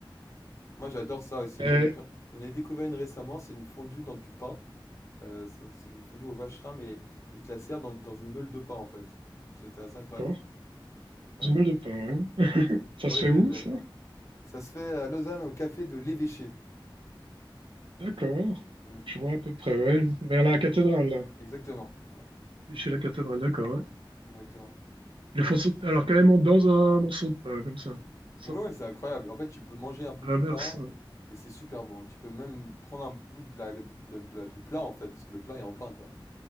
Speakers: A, on the left (about 35°); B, on the right (about 80°).
A: Moi, j'adore ça aussi.
B: Mais,
A: J'en ai j'en j'en ai découvert une récemment, c'est une fondue dans du pain. Heu, ça c'est une fondue au vacherin, mais ils te la servent dans dans une meule de pain, en fait. C'était assez incroyable.
B: d'accord,
A: Ouais.
B: une meule de pain, ouais.
A: Mmh.
B: Ça
A: Ouais,
B: se fait
A: j'ai
B: où,
A: j'ai
B: ça?
A: ça se fait à Lausanne, au café de l'Évêché.
B: D'accord.
A: Mmh.
B: Je vois à peu près, ouais. Vers la cathédrale, là.
A: Exactement. Voilà,
B: Oui, Chez la cathédrale, d'accord, ouais.
A: exactement.
B: Ils le font sauter, alors carrément dans un morceau de pain, comme ça. Ça,
A: Ouais, ouais, c'est incroyable. En fait, tu peux manger un peu
B: à
A: du
B: l'inverse.
A: pain et c'est super bon. Tu peux même prendre un bout de la, de la- de la- du plat en fait, parce que le plat est en pain quoi.